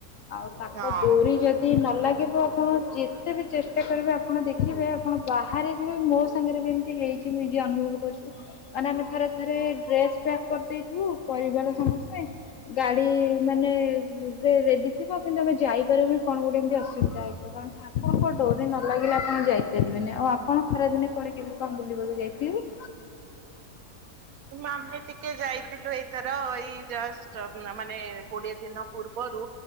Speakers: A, on the left; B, on the right.
A: ଆଉ ତାଙ୍କ
B: ହଁ।
A: ଡୋରି ଯଦି ନଲାଗେ କି ପ୍ରଥମ ଯେତେ କେତେ ବି ଚେଷ୍ଟା କରିବେ ଆପଣ ଦେଖିବେ ଆପଣ ବାହାରେ ଯିବେ ମୋ ସାଙ୍ଗରେ ବି ଏମିତି ହେଇଛି ମୁଁ ନିଜେ ଅନୁଭବ କରିଛି ମାନେ ଆମେ ଥରେ ଥରେ ଡ୍ରେସ୍ ପ୍ୟାକ୍ କରିଦେଇଥିବୁ ପରିବାର ସମସ୍ତେ ଗାଡି ମାନେ ରେଡି ଥିବ କିନ୍ତୁ ଆମେ ଯାଇପାରିବୁନି କଣ ଗୋଟେ ଏମିତି ଅସୁବିଧା ହେଇଯିବ କାରଣ ଠାକୁ ଆପଣଙ୍କ ଡୋରି ନ ଲାଗିଲେ ଆପଣ ଯାଇପାରିବେନି ଆଉ ଆପଣ ଖରାଦିନେ କୁଆଡେ କେମିତି କଣ ବୁଲିବାକୁ ଯାଇଥିଲେ କି?
B: ଆମେ ଟିକେ ଯାଇଥିଲୁ ଏଇଥର ଏଇ ଜଷ୍ଟ୍ ମାନେ କୋଡିଏ ଦିନ ପୂର୍ବରୁ